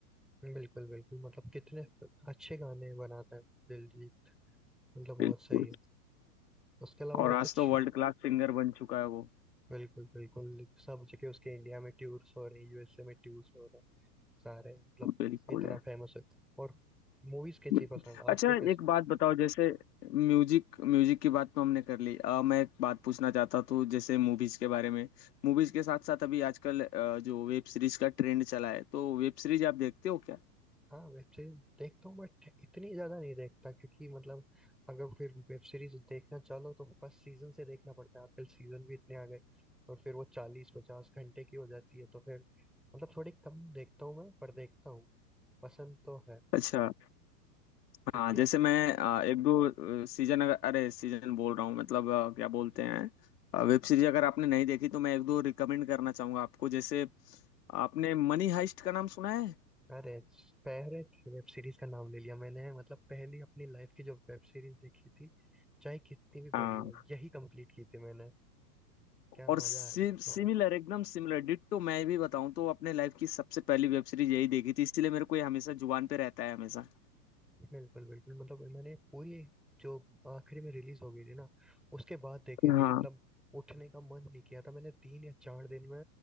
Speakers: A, in the centre; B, on the left.
A: बिल्कुल बिल्कुल मतलब कितने फ- अच्छे गाने बनाता है दिलजीत मतलब बहुत
B: बिल्कुल
A: सही है उसके अलावा
B: और
A: और
B: आज
A: कुछ
B: तो वर्ल्ड क्लास सिंगर बन चुका है वो
A: बिल्कुल बिल्कुल सब जगह उसके इंडिया में टूर्स हो रहे हैं यूएसए में टूर्स हो रहे हैं सारे मतलब
B: बिल्कुल
A: इतना
B: यार
A: फेमस है और मूवीज कैसी
B: बिल्कुल
A: पसंद
B: अच्छा
A: आपको कैसे
B: एक बात बताओ जैसे म्यूजिक म्यूजिक की बात तो हमने कर ली अ, मैं एक बात पूछना चाहता था जैसे मूवीज के बारे में मूवीज के साथ साथ अभी आजकल अ, जो वेब सीरीज का ट्रेंड चला है तो वेब सीरीज आप देखते हो क्या
A: हाँ वेब सीरीज देखता हूँ बट इतनी ज्यादा नहीं देखता क्योंकि मतलब अगर फिर वेब सीरीज देखना चाहो तो फर्स्ट सीजन से देखना पड़ता है आजकल सीजन भी इतने आ गए और फिर वो चालीस पचास घंटे की हो जाती है तो फिर मतलब थोड़ी कम देखता हूँ मैं पर देखता हूँ पसंद तो है
B: अच्छा
A: क्योंकि
B: हाँ जैसे
A: आ-
B: मैं अ, एक दो सीजन अगर अरे सीजन बोल रहा हूँ मतलब अ, क्या बोलते हैं वेब सीरीज अगर आपने नहीं देखी तो मैं एक दो रिकमेंड करना चाहूंगा आपको जैसे आपने मनी हाइस्ट का नाम सुना है
A: अरे फेवरेट वेब सीरीज का नाम ले लिया मैंने मतलब पहली अपनी लाइफ की जो वेब सीरीज देखी थी चाहे कितनी भी
B: हाँ
A: बड़ी हो यही कंप्लीट की थी मैंने क्या
B: और
A: मजा
B: सिमिलर
A: आ गया था
B: एकदम सिमिलर डिट्टो मैं भी बताऊं तो अपने लाइफ की सबसे पहली वेब सीरीज यही देखी थी इसलिए मेरे को ये हमेशा जुबान पे रहता है हमेशा
A: बिल्कुल बिल्कुल मतलब मैंने पूरी जो आखिरी में रिलीज हो गई थी ना उसके बाद देखी
B: हाँ
A: थी मतलब उठने का मन नहीं किया था मैंने तीन या चार दिन में